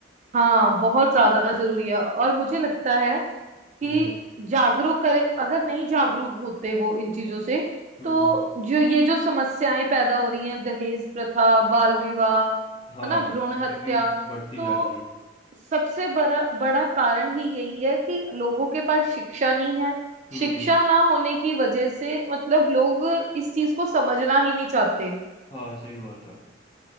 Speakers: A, on the right (about 35°); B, on the left (about 25°).
A: हाँ बहुत ज्यादा जरूरी है और मुझे लगता है
B: हम्म
A: कि जागरूक करें अगर नहीं जागरूक होते वो इन चीजों से
B: हम्म
A: तो जो ये जो समस्याएं पैदा हो रही हैं दहेज प्रथा बाल विवाह
B: हाँ
A: है ना भ्रूण हत्या
B: ये भी बढ़ती
A: तो
B: जा रही है
A: सबसे बड़ा बड़ा कारण ही यही है कि लोगों के पास शिक्षा नहीं है
B: हम्म
A: शिक्षा ना होने की वजह से मतलब लोग इस चीज को समझना ही नहीं चाहते
B: हाँ सही बात है